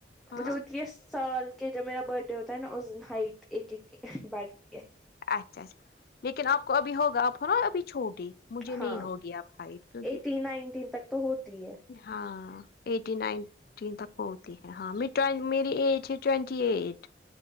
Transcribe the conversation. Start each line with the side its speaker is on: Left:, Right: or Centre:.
Left: ہاں
Centre: مجھے ہوتی ہے سال کے جب میرا برتھ ڈے ہوتا ہے نا اس دن ہائٹ ایک ایک بڑھتی ہے
Left: اچھا اچھا لیکن آپ کو ابھی ہوگا آپ ہو نا ابھی چھوٹی مجھے
Centre: ہاں
Left: نہیں ہوگی آپ ہائٹ کیونکہ
Centre: ایٹ نائنٹیین تک تو ہوتی ہے
Left: ہاں <inaudible> ایٹی نائنٹی تک ہوتی ہے ہاں میری ایج ہے ٹوینٹی ایٹ